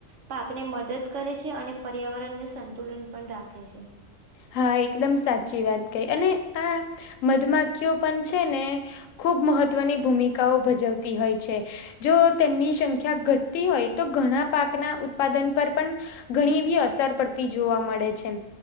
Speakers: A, on the right (about 65°); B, on the left (about 75°).
A: પાકને મદદ કરે છે અને પર્યાવરણને સંતુલન પણ રાખે છે.
B: હા એકદમ સાચી વાત કઈ અને આ મધમાખીઓ પણ છે ને ખૂબ મહત્વની ભૂમિકાઓ ભજવતી હોય છે. જો તેમની સંખ્યા ઘટતી હોય તો ઘણા પાકના ઉત્પાદન પર પણ ઘણી એવી અસર પડતી જોવા મળે છે એમ.